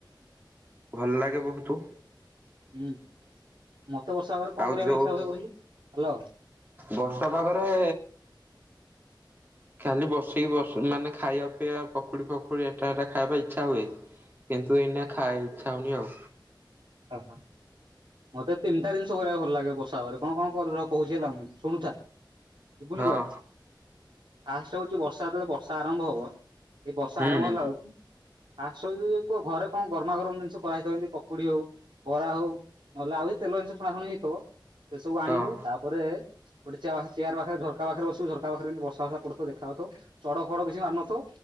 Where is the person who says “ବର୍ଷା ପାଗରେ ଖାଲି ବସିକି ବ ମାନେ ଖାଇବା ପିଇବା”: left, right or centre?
Right